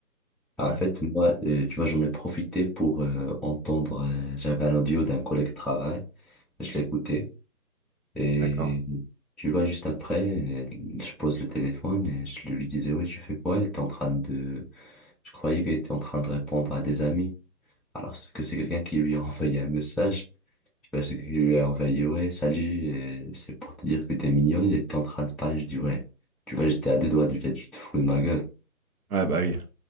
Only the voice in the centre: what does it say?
En
fait, moi, euh, tu vois, j'en ai profité pour euh, entendre, euh, j'avais un audio d'un collègue de travail, je l'écoutais. Et
tu vois, juste après, euh, je pose le téléphone et je lui disais, ouais, tu fais quoi? Il était en train de Je croyais qu'il était en train de répondre à des amis. Alors ce que c'est quelqu'un qui lui a envoyé un message. Je sais pas, c'est qu'il lui a envoyé, ouais, salut, euh, c'est pour te dire que t'es mignonne. Il était en train de parler. Je dis, ouais, tu vois, j'étais à deux doigts de lui dire, tu te fous de ma gueule.